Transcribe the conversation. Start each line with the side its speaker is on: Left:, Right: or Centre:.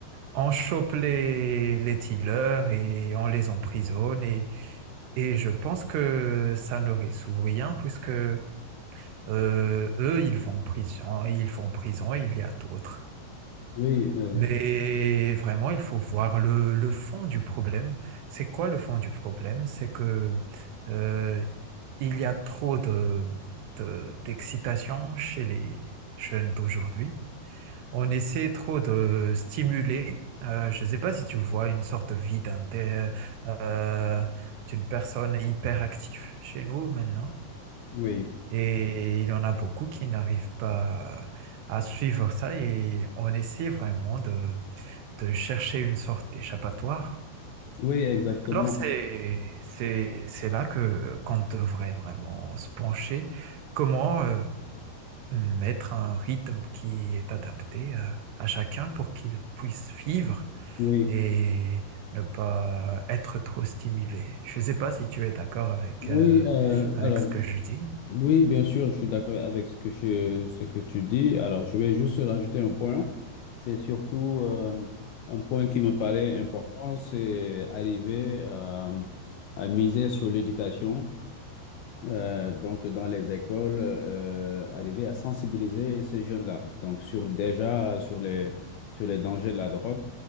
Right: on chope les, les dealers et on les emprisonne. Et, et je pense que ça ne résout rien puisque euh, eux, ils vont en prison, ils vont en prison, il y a d'autres.
Left: Oui, euh,
Right: Mais vraiment, il faut voir le, le fond du problème. C'est quoi le fond du problème? C'est que euh, il y a trop de, de- d'excitation chez les jeunes d'aujourd'hui. On essaie trop de stimuler, euh, je ne sais pas si tu vois une sorte de vie d'un dé- euh, d'une personne hyperactive chez nous maintenant.
Left: oui,
Right: Et il y en a beaucoup qui n'arrivent pas à suivre ça et on essaie vraiment de, de chercher une sorte d'échappatoire.
Left: oui, exactement.
Right: Alors c'est, c'est, c'est là que qu'on devrait vraiment se pencher. Comment, euh, mettre un rythme qui est adapté à, à chacun pour qu'il puisse vivre
Left: Oui,
Right: et ne pas être trop stimulé. Je ne sais pas si tu es d'accord avec,
Left: oui,
Right: euh,
Left: euh,
Right: avec
Left: alors.
Right: ce que je dis.
Left: Oui, bien sûr, je suis d'accord avec ce que, je- ce que tu dis. Alors, je vais juste rajouter un point. C'est surtout euh, un point qui me paraît important, c'est arriver euh, à miser sur l'éducation euh, donc dans les écoles, euh, arriver à sensibiliser ces jeunes-là, donc sur déjà sur les sur les dangers de la drogue,